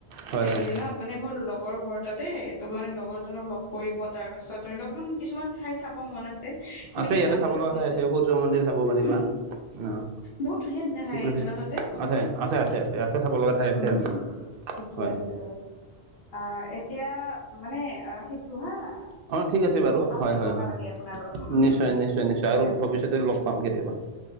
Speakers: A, on the right; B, on the left.
A: হয়
B: এইকেইদিনত
A: হয়
B: মানে মোৰ লগৰ ঘৰ তাতে তোৰ মানে লগৰ জনক লগ কৰিব তাৰ পাছত ধৰি লওক অকমান কিছুমান ঠাই চাব মন আছে সেনেকে
A: আছে ইয়াতে
B: যাম
A: চাব
B: বুলি
A: লগা
B: ভাবিছো
A: ঠাই আছে সূৰ্য মন্দিৰ চাব
B: হুম
A: পাৰিবা অঁ
B: বহুত ধুনীয়া ধুনীয়া ঠাই
A: তোক
B: আছে
A: ৰখি
B: ন তাতে
A: আছে আছে আছে আছে আছে চাব লগা ঠাই আছে
B: উম
A: আৰু
B: ঠিকে
A: হয়
B: আছে বাৰু অ এতিয়া মানে ৰাখিছো হা আ
A: অ
B: মানে
A: ঠিক আছে বাৰু
B: ভাল
A: হয়
B: লাগিল
A: হয়
B: কথা
A: হয়
B: পাতি আপোনাৰ লগত উম উম
A: নিশ্চয়
B: উম
A: নিশ্চয় নিশ্চয় আৰু
B: দিয়ক
A: ভৱিষ্যতে লগ পাম কেতিয়াবা